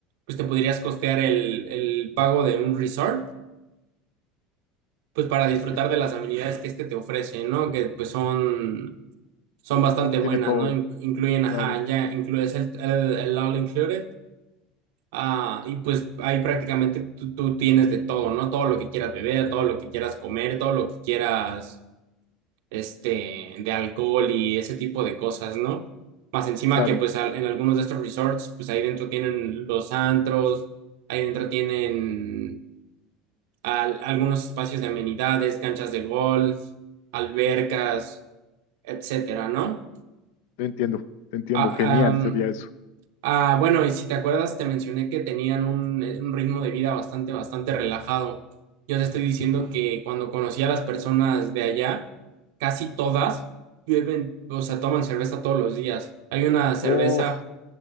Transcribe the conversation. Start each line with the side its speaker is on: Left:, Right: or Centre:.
Right: pues te podrías costear el, el pago de un resort, pues para disfrutar
Left: Que-
Right: de las amenidades que este te ofrece, ¿no? Que pues son, son bastante
Left: que Tiene
Right: buenas,
Left: todo.
Right: ¿no? In- Incluyen, ajá,
Left: Claro,
Right: ya incluyes el, el, el all included, ah, y pues ahí prácticamente tú, tú tienes de todo, ¿no? Todo lo que quieras beber, todo lo que quieras comer, todo lo que quieras este, de alcohol y ese tipo de cosas, ¿no? Más encima
Left: claro,
Right: que pues al- en algunos de estos resorts, pues ahí dentro tienen los antros, ahí dentro tienen al- algunos espacios de amenidades, canchas de golf, albercas, etcétera, ¿no?
Left: te entiendo, te entiendo.
Right: Ah,
Left: Genial
Right: am,
Left: sería eso.
Right: Ah, bueno, y si te acuerdas, te mencioné que tenían un, eh, un ritmo de vida bastante, bastante relajado. Yo te estoy diciendo que cuando conocí a las personas de allá, casi todas beben, o sea, toman cerveza todos los días. Hay una cerveza,
Left: Oh,